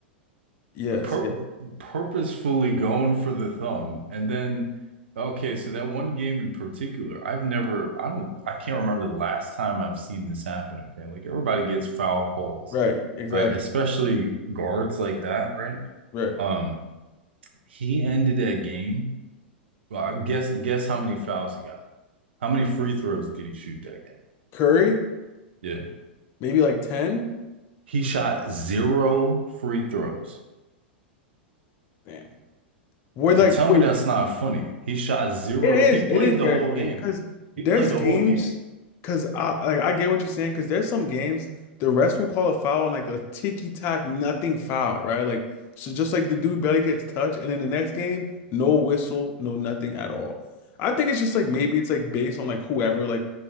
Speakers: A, on the left; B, on the right.
A: Yes.
B: pur
A: Yeah.
B: purposefully going for the thumb and then okay so that one game in particular i've never i don't i can't remember the last time i've seen this happen okay like everybody gets foul calls
A: Right. Exactly.
B: right especially guards like that right
A: Right.
B: um he ended that game well I guess guess how many fouls he got how many free throws did he shoot that game
A: Curry,
B: yeah
A: maybe like 10.
B: he shot zero free throws
A: Damn. We're
B: You
A: like,
B: Tell
A: wait,
B: me that's not funny. He shot zero.
A: It is.
B: He played
A: It is very
B: the whole
A: funny
B: game.
A: because
B: He
A: there's
B: played the
A: games.
B: whole game.
A: Because I like I get what you're saying. Because there's some games the rest will call a foul and like a ticky tack nothing foul, right? Like so, just like the dude barely gets touched, and in the next game, no whistle, no nothing at all. I think it's just like maybe it's like based on like whoever like